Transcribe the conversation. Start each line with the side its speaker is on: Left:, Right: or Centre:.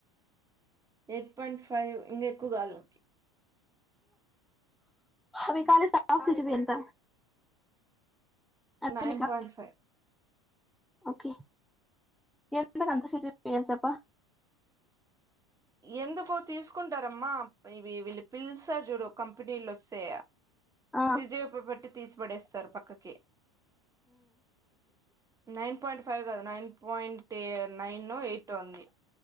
Right: ఎయిట్ పాయింట్ ఫైవ్ ఇంకా ఎక్కువ కాలు
Centre: అ మీ కాల సాచ్చవి ఎంత అ
Right: నైన్
Centre: మీ కా
Right: పాయింట్ ఫైవ్
Centre: ఓకే ఎంతకు అంత స అం చెప్ప
Right: ఎందుకో తీసుకుంటారమ్మా ఇవి వీళ్లు పిలుస్తారు చూడు కంపెనీలు వస్తే
Centre: ఆ,
Right: సిజయప్పు పెట్టి తీసి పడేస్తారు పక్కకి. నైన్ పాయింట్ ఫైవ్ కాదు నైన్ పాయింటే నైనో, ఎయిటో ఉంది.